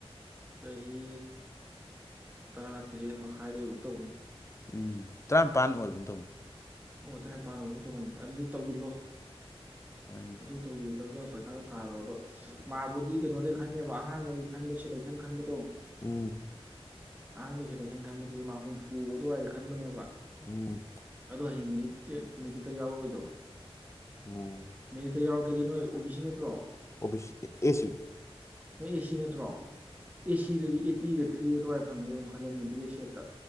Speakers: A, on the right; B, on the left.
A: ꯆꯍꯤ ꯇꯔꯥꯇꯔꯦꯠ ꯃꯈꯥꯏꯗꯒꯨꯝ ꯇꯧꯕꯅꯤ
B: ꯎꯝ ꯇꯔꯥꯅꯤꯄꯥꯟ ꯑꯣꯏꯒꯨꯝ ꯇꯧꯕꯅꯤ
A: ꯑꯣ ꯇꯔꯥꯅꯤꯄꯥꯟ ꯑꯗꯨꯝ ꯇꯧꯒꯟꯅꯤꯁꯦ ꯑꯗꯨꯗꯤ ꯇꯧꯈꯤꯂꯣ
B: ꯍꯣꯏꯅꯦ
A: ꯑꯗꯨ ꯇꯧꯖꯤꯜꯂꯒ ꯄꯩꯈꯥꯗ ꯊꯥꯔꯣ ꯑꯗꯣ ꯃꯍꯥꯛꯄꯨꯗꯤ ꯀꯩꯅꯣꯗꯒꯤꯩ ꯈꯟꯅꯦꯕ ꯑꯍꯥꯟꯕꯒꯤ ꯈꯟꯕ ꯁꯦꯂꯦꯛꯁꯟ ꯈꯟꯕꯗꯣ
B: ꯎꯝ
A: ꯑꯍꯥꯟꯕꯩ ꯁꯦꯂꯦꯛꯁꯟ ꯈꯟꯕꯗꯨꯗꯤ ꯃꯥ ꯍꯨꯝꯐꯨ ꯑꯗꯨꯋꯥꯏꯗ ꯈꯟꯕꯅꯦꯕ
B: ꯎꯝ
A: ꯑꯗꯣ ꯍꯌꯦꯡ ꯃꯦꯔꯤꯠ ꯃꯦꯔꯤꯠꯇ ꯌꯥꯎꯔꯛꯑꯣꯏꯗꯕ
B: ꯑꯣ
A: ꯃꯦꯔꯤꯇꯥ ꯌꯥꯎ ꯍꯥꯏꯗꯤ ꯅꯣꯏ ꯑꯣꯕꯤꯁꯤ ꯅꯇ꯭ꯔꯣ
B: ꯑꯣꯕꯤ ꯑꯦꯁꯤꯅꯤ
A: ꯅꯣꯏ ꯑꯦꯁꯤ ꯅꯠꯇ꯭ꯔꯣ ꯑꯦꯁꯤꯗꯨꯗꯤ ꯑꯥꯇꯤꯒ ꯊ꯭ꯔꯤ ꯑꯗꯨꯋꯥꯏ ꯐꯪꯒꯅꯤ ꯑꯗꯨꯝ ꯈꯜꯂꯅꯤ ꯕꯤ ꯑꯦꯁ ꯑꯦꯐꯇ